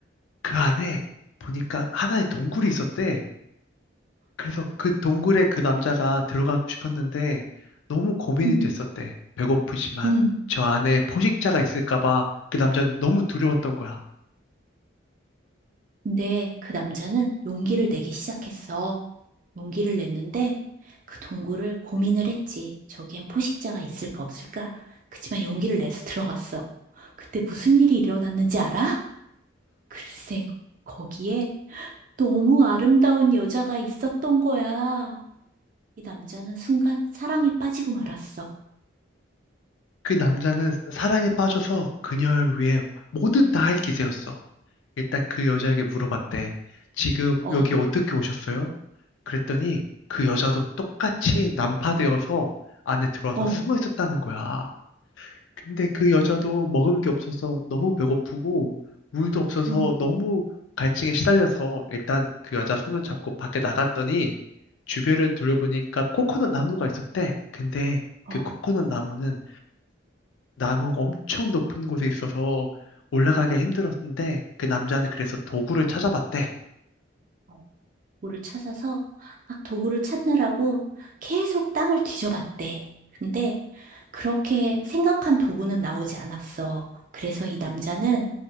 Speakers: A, on the left; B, on the right.
A: 그 안에 보니까 하나의 동굴이 있었대. 그래서 그 동굴에 그 남자가 들어가고 싶었는데 너무 고민이
B: 응,
A: 됐었대. 배고프지만
B: 응.
A: 저 안에 포식자가 있을까 봐 그 남자는 너무 두려웠던 거야.
B: 근데 그 남자는 용기를 내기 시작했어. 용기를 냈는데 그 동굴을 고민을 했지. 저기엔 포식자가 있을까 없을까? 그치만 용기를 내서 들어갔어. 그때 무슨 일이 일어났는지 알아? 글쎄, 거기에 너무 아름다운 여자가 있었던 거야. 이 남자는 순간 사랑에 빠지고 말았어.
A: 그 남자는 사랑에 빠져서 그녀를 위해 뭐든 다 할 기세였어. 일단 그 여자에게 물어봤대. 지금
B: 어,
A: 여기 어떻게 오셨어요? 그랬더니 그 여자도 똑같이 난파되어서 안에 들어와서
B: 어,
A: 숨어 있었다는 거야. 근데 그 여자도 먹은 게 없어서 너무 배고프고 물도 없어서
B: 응,
A: 너무 갈증에 시달려서 일단 그 여자 손을 잡고 밖에 나갔더니 주변을 둘러보니까 코코넛 나무가 있었대. 근데
B: 어.
A: 그 코코넛 나무는 나무 엄청 높은 곳에 있어서 올라가기가 힘들었는데 그 남자는 그래서 도구를 찾아봤대.
B: 어. 도구를 찾아서 막 도구를 찾느라고 계속 땅을 뒤져봤대. 근데 그렇게 생각한 도구는 나오지 않았어. 그래서 이 남자는